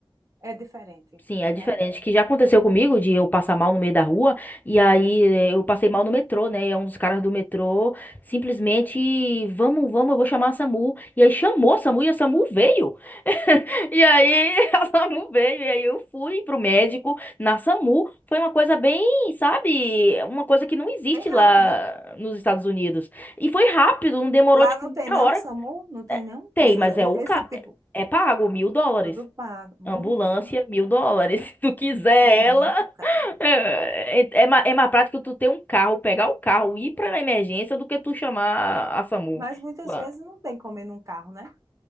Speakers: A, on the right; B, on the left.
A: é diferente,
B: Sim, é diferente.
A: né?
B: Que já aconteceu comigo de eu passar mal no meio da rua, e aí eh, eu passei mal no metrô, né? E é um dos caras do metrô simplesmente, vamos, vamos, eu vou chamar a SAMU. E aí chamou a SAMU e a SAMU veio. <laughs> E aí <laughs> a SAMU veio, e aí eu fui pro médico na SAMU. Foi uma coisa bem, sabe, uma coisa que não existe
A: Bem rápido.
B: lá nos Estados Unidos. E foi rápido, não demorou
A: Lá
B: tipo
A: não tem
B: meia
A: não,
B: hora.
A: SAMU? Não tem não?
B: Tem,
A: Essas,
B: mas
A: e-
B: é o ca...
A: esse tipo,
B: é pago, mil dólares.
A: tudo pago. Mulher,
B: Ambulância, mil dólares. <laughs> Se tu quiser
A: é muito
B: ela,
A: caro.
B: <laughs> é, é, ma- é mais prático tu ter um carro, pegar o carro, ir pra emergência do que tu chamar a SAMU.
A: Mas muitas
B: lá.
A: vezes não tem como ir num carro, né?